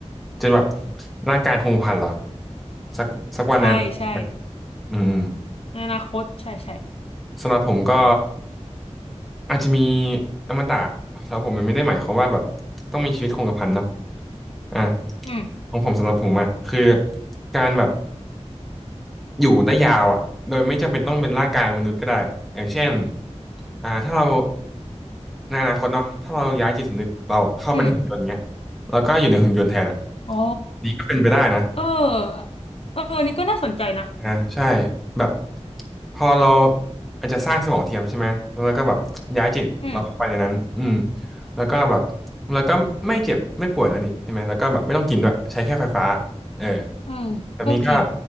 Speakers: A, in the centre; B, on the left.
A: จนแบบร่างกายคงพันเหรอสักสักวันในอนาคต
B: ใช่ใช่
A: อืมอืม
B: ในอนาคตใช่ใช่
A: สำหรับผมก็อาจจะมีอมตะสำหรับผมมันไม่ได้หมายความว่าแบบต้องมีชีวิตคงกระพันเนาะอ่ะ
B: อืม
A: ของผมสำหรับผมอะคือการแบบอยู่ได้ยาวอะโดยไม่จำเป็นต้องเป็นร่างกายมนุษย์ก็ได้อย่างเช่นอ่าถ้าเราในอนาคตเนาะถ้าเราย้ายจิตสำนึกเราเข้าเปในหุ่นยนต์เงี้ย
B: อืม
A: แล้วก็อยู่ในหุ่นยนต์แทนอะ
B: โอ้
A: นี่ก็เป็นไปได้นะ
B: เออเออนี่ก็น่าสนใจนะ
A: อ่าใช่แบบพอเราอาจจะสร้างสมองเทียมใช่ไหมแล้วเราก็แบบย้ายจิตเราเข้าไปในนั้นอืม
B: อืม
A: แล้วก็แบบแล้วก็ไม่เจ็บไม่ป่วยแล้วนี่ใช่ไหมแล้วก็แบบไม่ต้องกินด้วยใช้แค่ไฟฟ้าเออ
B: เออ
A: แบบนี้ก็
B: ก็จริง